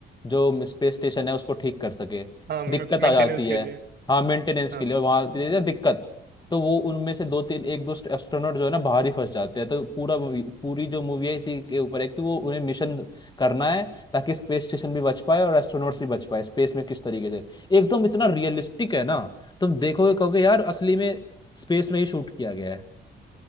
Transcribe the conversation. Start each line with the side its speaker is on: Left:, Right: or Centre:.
Left: जो स्पेस स्टेशन है उसको ठीक कर सके तो
Right: हाँ, मे
Left: दिक्कत
Right: मेंटेनेंस
Left: आ जाती
Right: के
Left: है
Right: लिए।
Left: हाँ मेंटेनेंस
Right: हाँ,
Left: के लिए और वहां दे दे दिक्कत तो वो उनमें से दो तीन एक दो एस्ट्रोनॉट जो है ना बाहर ही फंस जाते हैं तो पूरा मूवी- पूरी जो मूवी है इसी के ऊपर है कि वो उन्हें मिशन करना है ताकि स्पेस स्टेशन भी बच पाए और एस्ट्रोनॉट्स भी बच पाए स्पेस में किस तरीके से एकदम इतना रियलिस्टिक है ना तुम देखोगे कहोगे यार असली में स्पेस में ही शूट किया गया है